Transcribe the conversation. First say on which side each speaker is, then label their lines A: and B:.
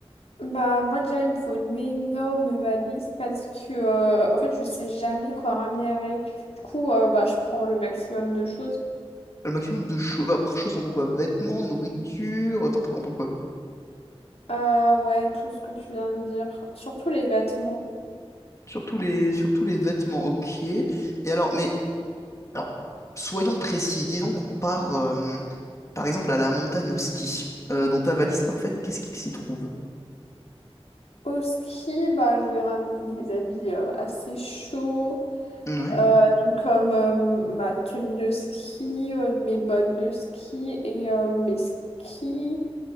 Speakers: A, on the left (about 80°); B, on the left (about 30°).
A: Bah moi déjà il me faut une énorme valise parce que euh, en fait je sais jamais quoi ramener avec. Du coup euh, bah je prends le maximum de choses.
B: Le maximum de choses, bah, par chose, on entend quoi? Vêtements, nourriture, t'en t'entends quoi?
A: Euh, ouais, tout ce que tu viens de dire, surtout les vêtements.
B: Surtout les, surtout les vêtements, ok. Et alors, mais, alors, soyons précis, disons qu'on part, euh, par exemple, à la montagne au ski. Euh, dans ta valise parfaite, qu'est-ce qu'il s'y trouve?
A: Au ski, bah je vais ramener des habits euh, assez chauds.
B: Ouais.
A: Euh, donc comme euh, ma tenue de ski, euh, mes bottes de ski et euh, mes skis.